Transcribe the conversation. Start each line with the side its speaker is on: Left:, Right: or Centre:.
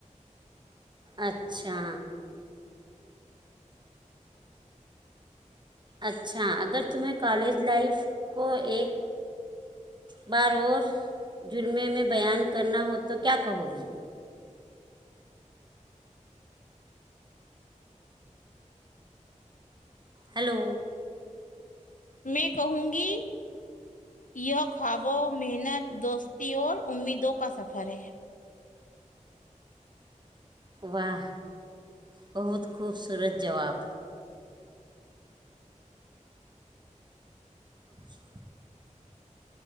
Right: اچھا اچھا اگر تمہیں کالج لائف کو ایک بار اور جرمے میں بیان کرنا ہو تو کیا کہو گی ہلو
Left: میں کہوں گی یہ خوابوں محنت دوستی اور امیدوں کا سفر ہے
Right: واہ بہت خوبصورت جواب س